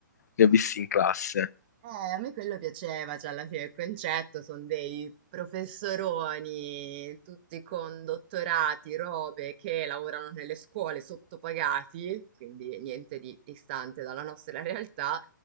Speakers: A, on the left (about 55°); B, on the right (about 30°).
A: li ho visti in classe.
B: Eh, a me quello piaceva, cioè alla fine il concetto sono dei professoroni, tutti con dottorati, robe, che lavorano nelle scuole sottopagati, quindi niente di distante dalla nostra realtà,